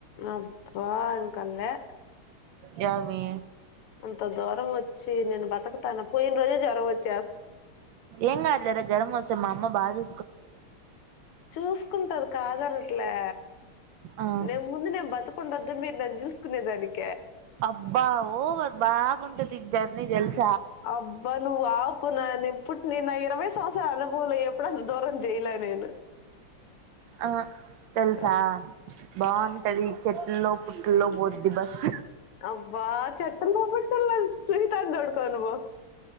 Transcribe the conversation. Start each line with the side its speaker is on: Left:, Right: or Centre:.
Left: అబ్బా ఎంకాలె
Right: యామి
Left: అంత దూరం వచ్చి నేను బతకుతాను పోయిన రోజే జ్వరం వచ్చి
Right: ఏంకాదులేరా జరమోస్తే మా అమ్మ బాచు
Left: చూసుకుంటాది కథనట్లే
Right: ఆ
Left: నేను ముందు నేను బతుకుండదు మీరు నన్ను చూసుకునే దానికి
Right: అబ్బా ఓవర్ బాగా ఉంటది జర్నీ తెల్స
Left: అబ్బా నువ్వు ఆపు నా నింపుుట్ ని నా ఇరవై సంవత్సర అనుభవలు ఎప్పుడన దూరం జేయలే నేను.
Right: ఆ తెలుసా
Left: ఆహా!
Right: బాగుంటది చెట్ల్లో పుట్ల్లో పోద్ది బస్
Left: అబ్బా చెట్ల్లోబట్టలో సునీతని తొడుకోనీపో